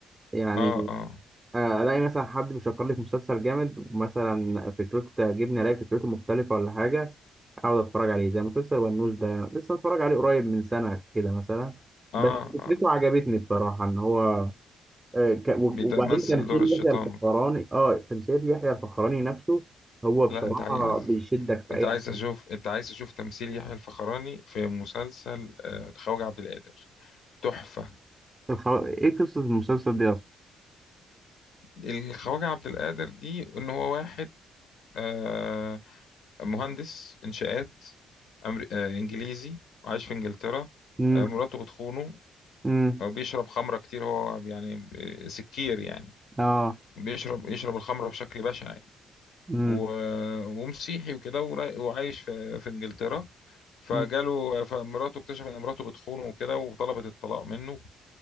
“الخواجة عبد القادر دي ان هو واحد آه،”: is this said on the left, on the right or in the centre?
Left